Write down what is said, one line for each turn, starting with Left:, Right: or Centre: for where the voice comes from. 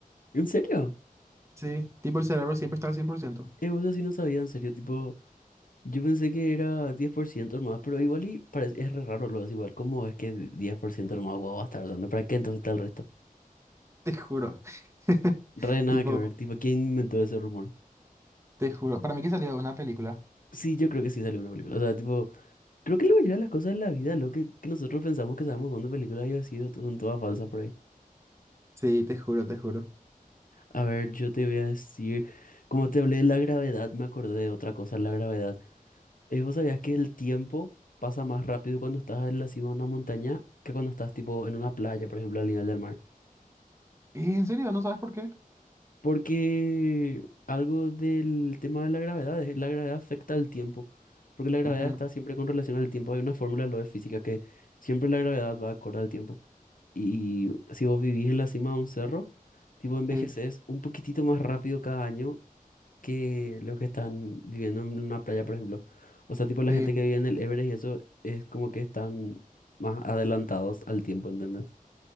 Left: ¿En serio?
Right: Sí. Tipo, el cerebro siempre está al 100%.
Left: Eh, vos así no sabía, en serio, tipo, yo pensé que era 10% más, pero igual y parece, es re raro lo es igual, ¿cómo es que 10% más guau va a estar usando? ¿Para qué entonces está el resto?
Right: Te juro. <laughs>
Left: Re nada
Right: Tipo,
Left: que ver, tipo, ¿quién inventó ese rumor?
Right: te juro. Para mí que salió de una película.
Left: Sí, yo creo que sí salió una película, o sea, tipo, creo que la mayoría de las cosas de la vida, lo que, que nosotros pensamos que sabemos dónde películas haya sido, to- son todas falsas por ahí.
Right: Sí, te juro, te juro.
Left: A ver, yo te voy a decir, como te hablé de la gravedad, me acordé de otra cosa, la gravedad. Eh, ¿vos sabías que el tiempo pasa más rápido cuando estás en la cima de una montaña que cuando estás tipo en una playa, por ejemplo, al nivel del mar?
Right: Eh, ¿En serio? ¿No sabes por qué?
Left: Porque algo del tema de la gravedad, es- la gravedad afecta al tiempo, porque la gravedad
Right: Ujú,
Left: está siempre con relación al tiempo. Hay una fórmula de lo de física que siempre la gravedad va acorde al tiempo. Y si vos vivís en la cima de un cerro, tipo envejeces
Right: Sí,
Left: un poquitito más rápido cada año que los que están viviendo en una playa, por ejemplo. O sea, tipo la
Right: sí.
Left: gente que vive en el Everest y eso es como que están más adelantados al tiempo, ¿entendés?